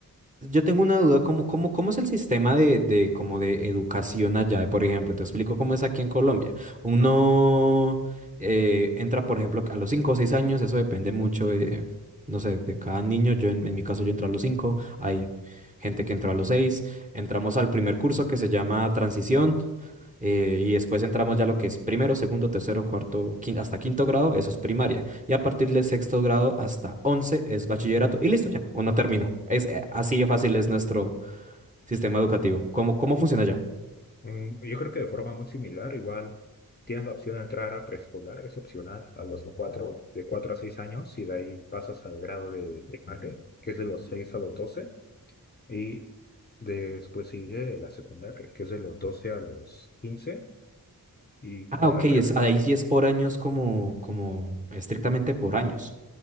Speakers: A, on the right; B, on the left.
A: Yo tengo una duda, ¿cómo, cómo, cómo es el sistema de, de, como de educación allá? Por ejemplo, te explico cómo es aquí en Colombia. Uno
B: Ajá.
A: eh, entra, por ejemplo, a los 5 o 6 años, eso depende mucho, eh, no sé, de cada niño. Yo, en, en mi caso, yo entré a los cinco hay gente que entró a los seis Entramos al primer curso que se llama Transición, eh, y después entramos ya a lo que es primero, segundo, tercero, cuarto, quin- hasta quinto grado, eso es primaria y a partir del sexto grado hasta 11 es bachillerato y listo, ya, uno terminó. Es, eh, así de fácil es nuestro sistema educativo. ¿Cómo, cómo funciona ya?
B: Mm, Yo creo que de forma muy similar, igual tienes la opción de entrar a preescolar, es opcional, a los cuatro, de cuatro a seis años, y de ahí pasas al grado de primaria, que es de los seis a los doce y después sigue la secundaria, que es de los 12 a los quince y
A: Ah,
B: con
A: ok,
B: la
A: es,
B: prepa.
A: ahí sí es por años como, como estrictamente por años.